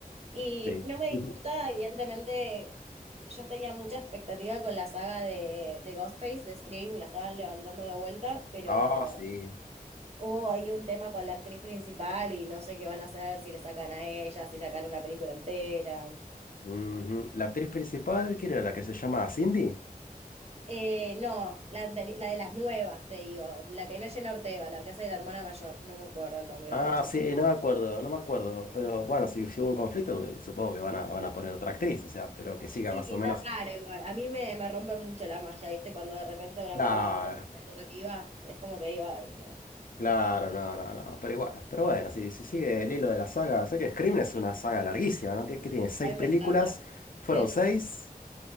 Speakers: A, on the right; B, on the left.
A: Y
B: sí.
A: no me
B: <laughs>
A: disgusta, evidentemente, yo tenía mucha expectativa con la saga de, de Ghostface, de Scream, y la estaban levantando de vuelta, pero
B: Ah, sí.
A: hubo ahí un tema con la actriz principal y no sé qué van a hacer, si le sacan a ella, si sacaron la película entera.
B: Ujú. La actriz principal, ¿quién era la que se llama Cindy?
A: Eh, no, la, anteri- la de las nuevas, te digo. La que no es Jenna Ortega, la que hace de la hermana mayor. No me acuerdo el nombre
B: Ah,
A: de la chica.
B: sí, no me acuerdo, no me acuerdo. Pero bueno, si, si hubo un conflicto, eh, supongo que van a, van a poner otra actriz, o sea, pero que siga
A: Sí,
B: más
A: está
B: o menos.
A: raro igual. A mí me, me rompe mucho la magia, ¿viste? Cuando de repente de una
B: Claro,
A: película a otra te aparece otra piba. Es como que digo, ay, no.
B: claro, no, no, no, pero igual. Pero bueno, si, si sigue el hilo de la saga, sé que Scream es una saga larguísima, ¿no? Que, que tiene seis
A: A mí
B: películas,
A: me encanta.
B: fueron
A: Es...
B: seis.